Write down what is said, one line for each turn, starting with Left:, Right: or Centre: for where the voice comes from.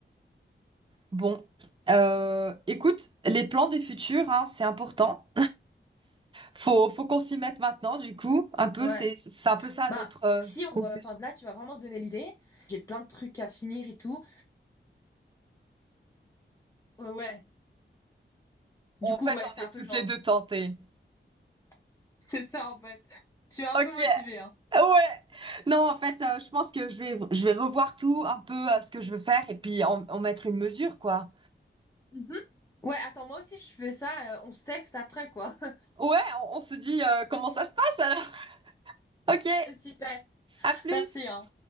Right: Bon, Euh, écoute, les plans du futur, hein, c'est important. Faut, faut qu'on s'y mette maintenant, du coup. Un peu,
Left: Ouais.
Right: c'est, c'est un peu ça
Left: Bah,
Right: notre euh,
Left: si, pour,
Right: conclusion.
Left: euh, enfin, là, tu m'as vraiment donné l'idée. J'ai plein de trucs à finir et tout. Ouais, ouais. Du
Right: En
Left: coup,
Right: fait,
Left: ouais,
Right: on
Left: c'est un
Right: est
Left: peu
Right: toutes
Left: genre.
Right: les deux tentées.
Left: <laughs> C'est ça, en fait. Tu m'as
Right: Ok,
Left: un peu motivé, hein.
Right: ouais. Non, en fait, euh, je pense que je vais, je vais revoir tout, un peu euh, ce que je veux faire, et puis en, en mettre une mesure, quoi.
Left: Mhm. Ouais, attends, moi aussi, je fais ça. euh, on se texte après, quoi. <laughs>
Right: Ouais, on, on se dit euh, comment ça se passe alors. <laughs> Ok,
Left: Ok, Super.
Right: à plus.
Left: Merci, hein.